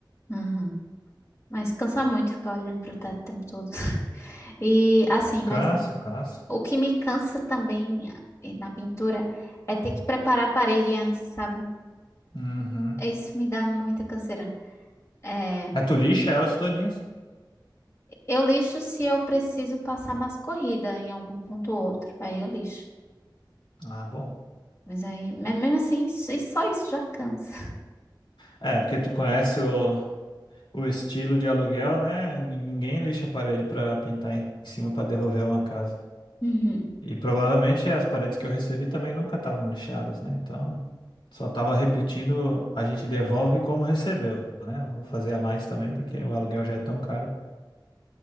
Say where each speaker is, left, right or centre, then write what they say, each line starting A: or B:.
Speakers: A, on the left; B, on the left.
A: Aham. Mas cansa muito ficar olhando para o teto o tempo todo. <laughs> E assim, mas
B: Cansa, cansa.
A: o que me cansa também eh, na pintura é ter que preparar a parede antes, sabe?
B: Uhum.
A: Isso me dá muita canseira. É,
B: Mas tu lixa elas todinhas?
A: eu lixo se eu preciso passar mais corrida em algum ponto ou outro. Aí eu lixo.
B: Ah, bom.
A: Mas aí, mas mesmo assim, isso- isso- só isso já cansa. <laughs>
B: É, porque tu conhece o, o estilo de aluguel, né? Nin- Ninguém lixa a parede pra pintar em cima pra devolver uma casa.
A: Uhum.
B: E provavelmente as paredes que eu recebi também nunca estavam lixadas, né? Então, só tava repetindo, a gente devolve como recebeu, né? Não vou fazer a mais também, porque o aluguel já é tão caro.